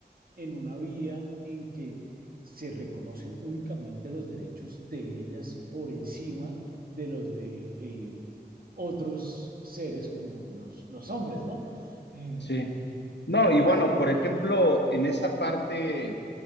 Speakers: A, on the right; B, on the left.
A: en una vía en que se reconocen únicamente los derechos de ellas por encima de los de eh, otros seres como los, los hombres, ¿no? Eh,
B: Sí. No,
A: y
B: y bueno,
A: es,
B: por ejemplo, en esa parte